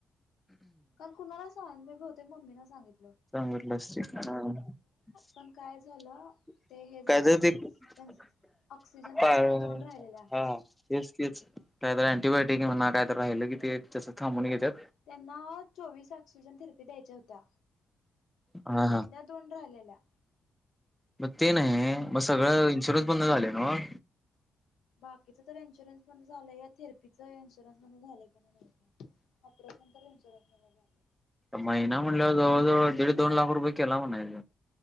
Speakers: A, on the left (about 75°); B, in the centre.
A: काल कुणालास पाहुणे बी होते मम्मीन सांगितल.
B: <unintelligible>
A: पण काय झालं ते हे झालं त्यां ऑक्सिजन थेरपी दोन राहिलेल्या
B: राहिलं की ते तस थांबून घेतात.
A: त्यांना चोवीस ऑक्सिजन थेरपी द्यायच्या होत्या
B: हा
A: मग त्यातल्या दोन राहिलेल्या
B: म ते नाही मग सगळं इन्शुरन्स मधन झालं नव्ह
A: बाकीच तर इन्शुरन्स मधन झालंय या थेरपीच इन्शुरन्स मधन का झालंय माहित नाही ऑपरेशन तर इन्शुरन्स मधन झालय
B: महिना म्हणल्या जवळ जवळ दीड दोन लाख रुपये केला म्हणायच